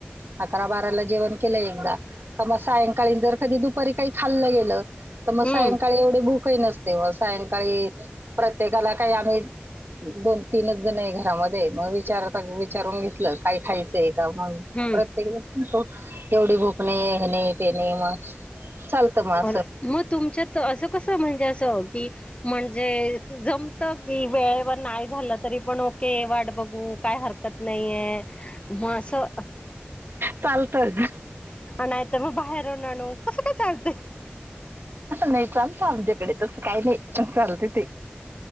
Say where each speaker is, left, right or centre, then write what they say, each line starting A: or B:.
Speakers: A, on the right; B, on the left.
A: अकरा बाराला जेवण केलं एकदा क मग सायंकाळीन जर कधी दुपारी काही खाल्लं गेलं तर मग
B: हम्म
A: सायंकाळी एवढी भूकही नसते मग सायंकाळी प्रत्येकाला काही आम्ही दोन तीनच जण आहे घरामध्ये मग विचारता विचारून घेतलं काय खायचंय का म
B: हम्म
A: प्रत्येकलागतो एवढी भूकणे हे नाही ते नाही मग चालतं मग असं.
B: अर मग तुमच्यात असं कस म्हणजे असं की म्हणजे जम की वेळेवर नाही झालं तरी पण ओके वाट बघू काय हरकत नाहीे म असं
A: चालतच
B: नाही तर मग बाहेरून आणू कसं काय चालत
A: नाही चालतं आमच्याकडे तस काही नाही चालते ते